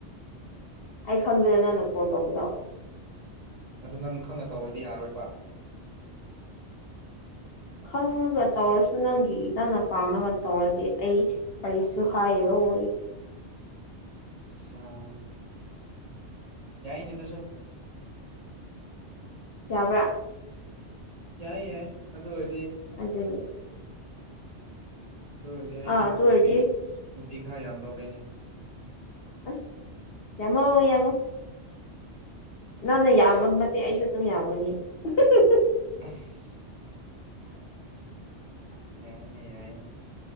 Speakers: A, on the left; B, on the right.
A: ꯑꯩ ꯈꯪꯗꯦꯔꯥ ꯅꯪꯅ ꯀꯣꯜ ꯇꯧꯕꯗꯣ
B: ꯑꯗꯨ ꯅꯪ ꯈꯪꯅ ꯇꯧꯔꯗꯤ ꯌꯥꯔꯣꯏꯕ
A: ꯈꯪꯉꯒ ꯇꯧꯔꯁꯨ ꯅꯪꯒꯤ ꯅꯪꯅ ꯄꯥꯝꯃꯒ ꯇꯧꯔꯗꯤ ꯑꯩ ꯀꯔꯤꯁꯨ ꯍꯥꯏꯔꯣ ꯍꯣꯏ
B: <inaudible> ꯑꯆꯥꯥ ꯌꯥꯏꯅꯤ ꯗꯨꯁꯨ
A: ꯌꯥꯕ꯭ꯔꯥ
B: ꯌꯥꯏ ꯌꯥꯏ ꯑꯗꯣ ꯑꯣꯏ
A: ꯑꯗꯨꯅꯤ
B: ꯑꯗꯨ ꯑꯣꯏꯔꯗꯤ ꯑꯩꯁꯦ
A: ꯑꯥ ꯑꯗꯨ
B: ꯅꯨꯄꯤ
A: ꯑꯣꯏꯔꯗꯤ
B: ꯅꯨꯄꯤ ꯈꯔ ꯌꯥꯝꯗꯧꯔꯦꯅꯦ
A: ꯑꯁ ꯌꯥꯃꯣ ꯌꯥꯃꯣ ꯅꯪꯅ ꯌꯥꯝꯕ ꯃꯇꯤꯛ ꯑꯩꯁꯨ ꯑꯗꯨꯝ ꯌꯥꯝꯒꯅꯤ ꯍꯨꯍꯨꯍꯨꯝ
B: <unintelligible> ꯌꯥꯏꯅꯦ ꯌꯥꯏꯅꯦ